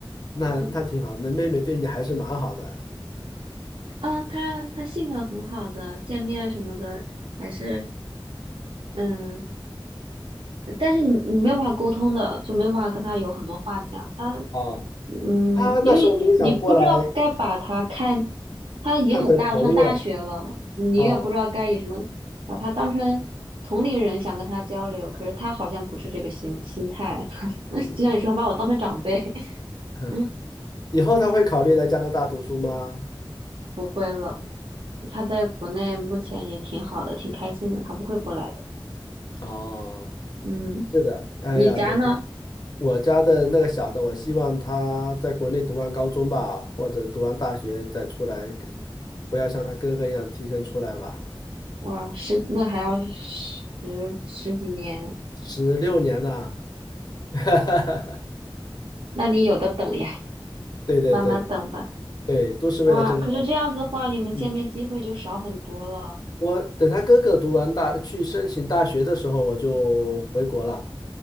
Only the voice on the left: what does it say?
那那挺好，
那妹妹对你还是蛮好的啊
哦。
她那时候没想过来
看成朋友啊，
哦
嗯
嗯，
以后她会考虑来加拿大读书吗？
哦，
是的，哎呀，
每我家的那个小的，我希望他在国内读完高中吧，或者读完大学再出来，不要像他哥哥一样提前出来吧。
十六年呐、<laughs>
对对对
对，都是为了这个，
嗯，我等他哥哥读完大，去申请大学的时候，我就回国了。